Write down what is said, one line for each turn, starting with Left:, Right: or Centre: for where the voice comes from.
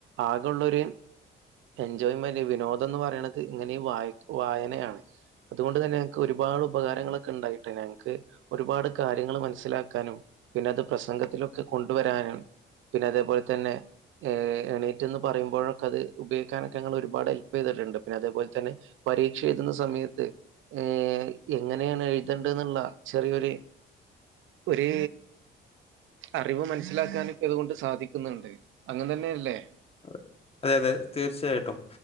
Right: ആകുള്ളൊരു എൻജോയ് ജോയ്മെന്റ് വിനോദം എന്ന് പറയണുന്നത് ഇങ്ങനെ വ വായനയാണ് അതുകൊണ്ട് തന്നെ ഞക്ക് ഒരുപാട് ഉപകാരങ്ങളൊക്കെ ഉണ്ടായിട്ട് ഞങ്ങൾക്ക് ഒരുപാട് കാര്യങ്ങൾ മനസ്സിലാക്കാനും പിന്നെ അത് പ്രസംഗത്തിലൊക്കെ കൊണ്ടുവരാനും പിന്നെ അതേപോലെ തന്നെ എണീറ്റ് നിന്ന് പറയുമ്പോഴൊക്കെ അത് ഉപയോഗിക്കാനൊ ങ്ങൾ ഒരുപാട് ഹെൽപ് ചെയ്തിട്ടുണ്ട് പിന്നെ അതേപലെന്നെ പരീക്ഷ എഴുതുന്ന സമയത്ത് ഏ എങ്ങനെയാണ് എഴുതേണ്ട എന്നുള്ള ചെറിയൊരു ഒരു അറിവ് മനസ്സിലാക്കാാന ഇക്ക അതുകൊണ്ട് സാധിക്കുന്നുണ്ട് അങ്ങന തന്നെയല്ലേ
Left: അ അതെ അതെ തീർച്ചയായിട്ടും